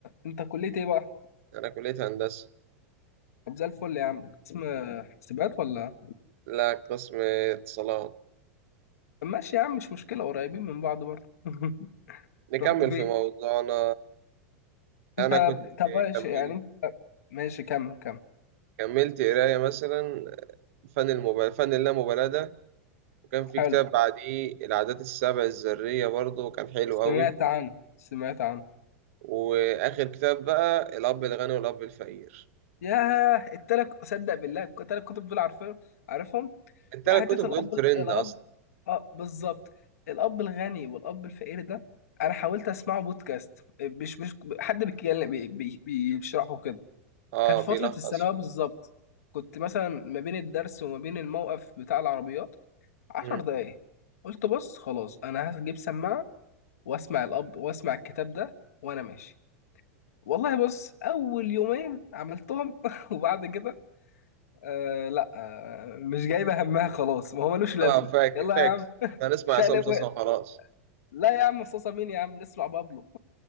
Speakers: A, on the left (about 80°); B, on the right (about 65°).
A: انت كليه ايه بقى
B: انا كليه هندسه
A: طب زي الفل يا عم قسم حاسبات ولا
B: لا قسم اتصالات
A: طب ماشي يا عم مش مشكله قريبين من بعض برضه <laughs>
B: نكمل
A: رحت فين
B: في موضوعنا
A: انت
B: انا كنت
A: طب ماشي
B: كملت
A: يعني انت ماشي كمل كمل
B: كملت قرايه مثلا فن المبالاة فن اللامبالاة ده وكان في
A: حلو
B: كتاب بعديه العادات السبع الذرية برضه كان حلو
A: سمعت
B: قوي
A: عنه سمعت عنه
B: وآخر كتاب بقى الأب الغني والأب الفقير
A: ياه التلات صدق بالله التلات كتب دول عارفين عارفهم
B: التلات
A: وحتة
B: كتب
A: الأب
B: دول ترند
A: الأب
B: أصلا
A: اه بالظبط الأب الغني والأب الفقير ده أنا حاولت أسمعه بودكاست مش مش حد بيتكلم بي- بي- بيشرحه كده
B: اه
A: كان في
B: بيلخصوا
A: فترة الثانوية بالظبط كنت مثلا ما بين الدرس وما بين الموقف بتاع العربيات عشر
B: مم.
A: دقايق قلت بص خلاص أنا هجيب سماعة واسمع الاب واسمع الكتاب ده وانا ماشي والله بص اول يومين عملتهم <laughs> وبعد كده آه لا آه مش جايبه همها خلاص ما هو ملوش لازمه
B: اه فاك
A: يلا
B: فاكس
A: يا عم
B: هنسمع
A: شقلب
B: عصام صاصا
A: وقت
B: وخلاص
A: لا يا عم صوصه مين يا عم نسمع بابلو